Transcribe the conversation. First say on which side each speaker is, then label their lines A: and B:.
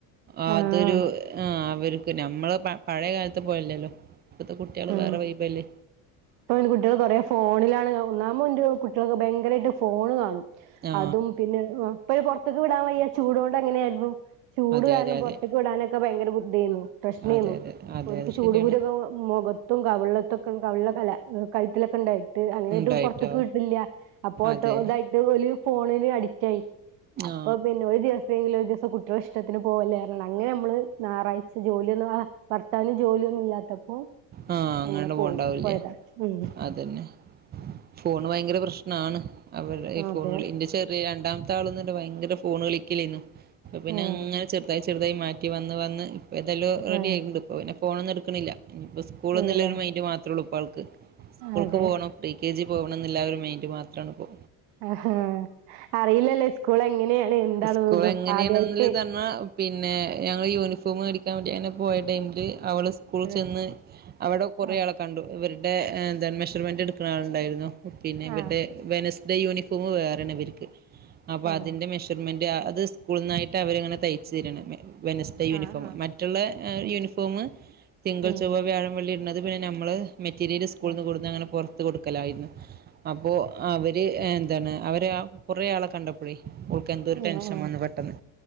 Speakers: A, on the right (about 25°); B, on the right (about 70°).
A: അതൊരു
B: ആഹ്
A: ആ അവര് ഞമ്മള പ പയെ കാലത്ത് പോലല്ലല്ലോ ഇപ്പത്തെ കുട്ടായെള്
B: ഉം
A: വേറെ വൈബ് അല്ലെ
B: ഇപ്പൊ അയ്‌ന് കുട്ടിയള് കൊറേ ഫോണിലാണ് ഒന്നാമേ ഇന്റെ കുട്ടിയളൊക്കെ ഭയരായിട്ട് ഫോണ് കാണും
A: ആ
B: അതും പിന്നെ ഇപ്പയൊ പോർത്ത്ക്ക് വിടാം വയ്യ ചൂടൊണ്ട് അങ്ങനെയിര്ന്നു ചൂട്
A: അതെ
B: കാരണം
A: അതെ അതെ
B: പോർത്ത്ക്ക് വിടാനൊക്കെ ഭയങ്കര ബുദ്ധേന്നു പ്രശ്നേന്നു
A: അതെ അതെ അതെ
B: ഓര്ക്ക്
A: അത്
B: ചൂടുകുരൊക്കെ
A: ശരിയാണ്
B: മൊഖ ത്തും കവ്ളതൊക്കെ കവിൾലൊക്കെ അല്ല കയ്ത്തിലൊക്കെ ഇണ്ടായിട്ട് അങ്ങനെടു
A: ഉണ്ടായിട്ടോ
B: പൊർത്ത്ക്ക് വിടില്ല അപ്പൊ ഓട്ടോ
A: അതെ
B: ഇതായിട്ട് ഓല് ഫോണിന് അഡിക്റ്റായി അപ്പം
A: ആ
B: പിന്നെ ഒരു ദിവ ഏതെങ്കിലും ഒരു ദിവസം കുട്ടിയളെ ഇഷ്ടത്തിന് പോവല്ലെർഞ്ഞാണ്ട് അങ്ങനെ നമ്മള് ഞാറാഴ്ച ജോലിയൊന്നും ആ ഭർത്താവിന് ജോലി ഒന്നും ഇല്ലാത്തപ്പോ
A: ആ അങ്ങട്ട്
B: അങ്ങനെ പോകും
A: പോവൂണ്ടാവൂ
B: പോയതാ
A: ലെ
B: ഉം
A: അതന്നെ ഫോണ് ഭയങ്കര പ്രശ്നാണ് അവര്ടെ ഈ
B: അതെ
A: ഫോണ്ല് ഇന്റെ ചെ രണ്ടാമത്താളും ഇന്നട്ട് ഭയങ്കര ഫോണ് കളിക്കലെന്നു അപ്പം പിന്നെ
B: ഉം
A: അങ്ങനെ ചെർതായി ചെ ചെർതായി മാറ്റി വന്ന് വന്ന് ഇപ്പ എതലു റെഡി
B: ആഹ്
A: ആയിണ്ട് ഇപ്പോ പിന്നെ ഫോണൊന്നും ഇട്ക്ക്ണില്ല ഇഞ്പ്പൊ സ് സ്കൂള്
B: ഇല്ലല്ലേ
A: ന്ന്ല്ലരു മൈൻഡ് മാത്രേ ഒള്ളൂ ഇപ്പ ആൾക്ക് സ്കൂൾക്ക്
B: അതെ
A: പോണ കുട്ടി കെ ജി പോവണംന്നില്ല ആ ഒരു മൈൻഡ് മാത്രാണ് ഇപ്പൊ
B: ആ ഹാ അറിയില്ലല്ലോ സ്കൂള് എങ്ങനെണ് എന്താണെന്നൊന്നും
A: സ്കൂൾ എങ്ങനെയാണെന്നില്
B: ആദ്യായിട്ട്
A: തന്നെ പിന്നെ ഞങ്ങള് ഈ യൂണിഫോം മേടിക്കാൻ വേണ്ടി അങ്ങനെ പോയ ടൈമില് അവള് സ്കൂള്
B: ആഹ്
A: ചെന്ന് അവടെ കൊറേ
B: ആഹ്
A: ആളെ കണ്ടു ഇവര്ടെ എന്താണ് മെഷർമെന്റ് ഇട്ക്കിണാള് ഇണ്ടായിരുന്നു പിന്നെ ഇവര്ടെ
B: ആഹ്
A: വെനസ് ഡേ യൂനിഫോമ് വേറെയാണ് ഇവര്ക്ക് അപ്പ
B: ആഹ്
A: അതിന്റെ മെഷർമെന്റ് ആ അത് സ്കൂൾന്നായിട്ട് അവര്ങ്ങനെ തയ്ച്ച് തരാണ് വെനസ് ഡേ യൂനിഫോമ്
B: ആഹ് ആഹ്
A: മറ്റുള്ള
B: അതെ
A: യൂനിഫോമ് തിങ്കൾ
B: ഉം
A: ചോ വ്യാഴം വള്ളി ഇട്ണത് പിന്നെ നമ്മള് മെറ്റീരിയല് സ്കൂൾന്ന്
B: ആഹ്
A: കൊട്ന്ന് അങ്ങനെ പൊർത്ത് കൊട്ക്കലായിര്ന്ന് അപ്പൊ അവര് എന്താണ് അവര് ആ കൊറെ ആള കണ്ടപ്പഴേ ഓൾ ക്ക് എന്തോ ഒരു ടെൻഷൻ
B: ആഹ്
A: വന്ന് പെട്ടെന്ന്